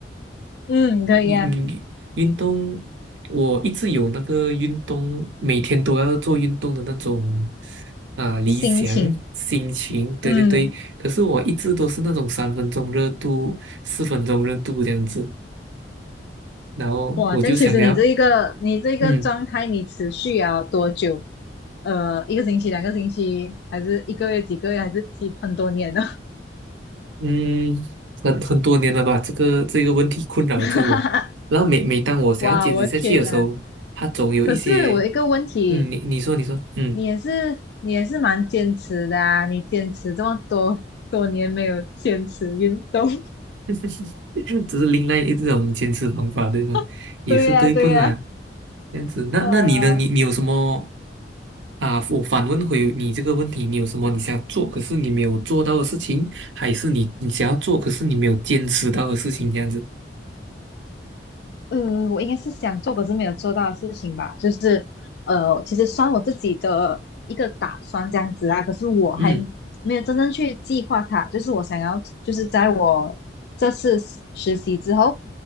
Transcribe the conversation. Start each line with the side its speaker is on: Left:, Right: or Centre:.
Left: <laughs> 嗯可以啊，
Right: 你你运动，我一直有那个运动，每天都要做运动的那种啊、理想心情，
Left: 心情
Right: 对对对。
Left: 嗯。
Right: 可是我一直都是那种三分钟热度、四分钟热度这样子，然后我就想要，
Left: 哇，这样其实你这一个你这个状态，
Right: 嗯
Left: 你持续了多久？呃，一个星期、两个星期，还是一个月、几个月，还是几很多年呢？
Right: 嗯，很很多年了吧，这个这个问题困扰着我。
Left: <laughs>
Right: 然后每每当我想要坚持下去的时候，
Left: 哇，我的天呐！
Right: 它总有一些，
Left: 可是我一个问题，
Right: 嗯，你你说你说，嗯。
Left: 你也是你也是蛮坚持的啊，你坚持这么多多年没有坚持运动，
Right: <laughs> 只是另外一种坚持方法，对吧？
Left: <laughs>
Right: 也是对不啦？
Left: 对呀，对呀，
Right: 这样子，那那你呢？
Left: 啊，
Right: 你你有什么啊？我反问回你这个问题，你有什么你想做，可是你没有做到的事情，还是你你想要做，可是你没有坚持到的事情？这样子，
Left: 嗯，我应该是想做，可是没有做到的事情吧，就是呃，其实算我自己的一个打算这样子啊，可是我还没有真正去计划它，
Right: 嗯
Left: 就是我想要，就是在我这次实实习之后，